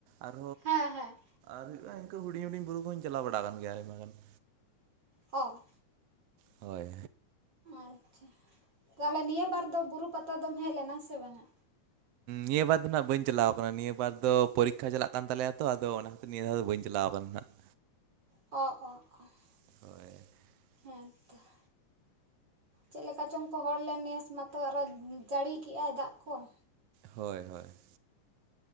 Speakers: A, on the right (about 80°); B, on the right (about 35°).
A: ᱟᱨ
B: ᱦᱮᱸ ᱦᱮᱸ
A: ᱟᱨ ᱦᱩᱭᱩᱜᱼᱟ ᱤᱱᱠᱟᱹ ᱦᱩᱰᱤᱧ ᱦᱩᱰᱤᱧ ᱵᱩᱨᱩ ᱠᱚ ᱦᱚᱸᱧ ᱪᱟᱞᱟᱣ ᱵᱟᱲᱟ ᱟᱠᱟᱱ ᱜᱮᱭᱟ ᱟᱭᱢᱟ ᱜᱟᱱ <unintelligible>
B: ᱚ
A: ᱦᱳᱭ
B: ᱟᱪᱪᱷᱟ ᱛᱟᱦᱚᱞᱮ ᱱᱤᱭᱟᱹ ᱵᱟᱨ ᱫᱚ ᱵᱩᱨᱩ ᱯᱟᱛᱟ ᱫᱚᱢ ᱦᱮᱡ ᱞᱮᱱᱟ ᱥᱮ ᱵᱟᱝ-ᱟ?
A: ᱱᱤᱭᱟᱹ ᱵᱟᱨ ᱫᱚ ᱱᱟᱦᱟᱜ ᱵᱟᱹᱧ ᱪᱟᱞᱟᱣ ᱟᱠᱟᱱᱟ ᱱᱤᱭᱟᱹ ᱵᱟᱨ ᱫᱚ ᱯᱚᱨᱤᱠᱷᱟ ᱪᱟᱞᱟᱜ ᱠᱟᱱ ᱛᱟᱞᱮᱭᱟ ᱛᱚ ᱟᱫᱚ ᱚᱱᱟ ᱱᱤᱭᱟᱹ ᱫᱷᱟᱹᱣ ᱫᱚ ᱵᱟᱹᱧ ᱪᱟᱞᱟᱣ ᱟᱠᱟᱱᱟ ᱱᱟᱦᱟᱜ‌ ᱾
B: ᱚ ᱚ ᱚ ᱼᱼ
A: <inaudible>
B: ᱦᱮᱸᱛᱚ ᱼᱼ ᱪᱮᱫ ᱞᱮᱠᱟ ᱪᱚᱝᱠᱚ ᱦᱚᱲ ᱞᱮᱱ ᱱᱮᱥ ᱢᱟᱛᱚ ᱟᱨᱼᱦᱚᱸ ᱡᱟᱹᱲᱤ ᱠᱮᱜ-ᱟᱭ ᱫᱟᱜ ᱠᱚ ᱾
A: ᱦᱳᱭ ᱦᱳᱭ ᱼᱼ